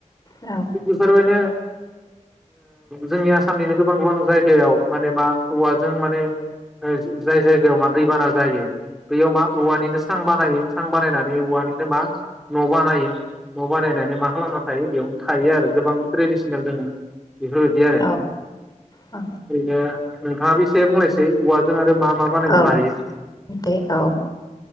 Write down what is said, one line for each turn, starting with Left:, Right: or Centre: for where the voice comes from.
Left: औ
Centre: <unintelligible> जोंनि आसामनिनो गोबां गोबां जायगायाव माने मा औवाजों माने जाय जायगायाव मा दैबाना जायो बयाव मा औवानिनो सां बानायो सां बानायनानै औवानिनो मा न' बानायो न' बानायनानै मा खालामना थायो बेयावनो थायो आरो गोबां ट्रेडिसनेल दङ बेफोरबायदि आरो
Left: औ औ
Centre: ओरैनो नोंथाङाबो एसे बुंलायसै औवाजों आरो मा मा बानायबावनो
Left: औ
Centre: हायो
Left: दे औ